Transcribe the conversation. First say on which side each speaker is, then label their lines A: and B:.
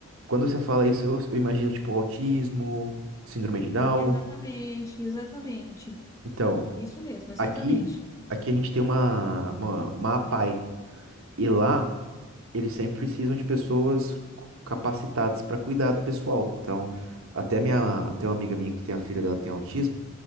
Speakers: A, on the right; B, on the left.
A: quando você fala isso, eu, eu imagino tipo autismo, síndrome de Down.
B: Exatamente, exatamente.
A: Então,
B: Isso mesmo, exatamente.
A: aqui, aqui a gente tem uma, uma, uma APAE, e lá eles sempre precisam de pessoas capacitadas para cuidar do pessoal. Então, até minha, tem uma amiga minha que tem a filha dela que tem autismo.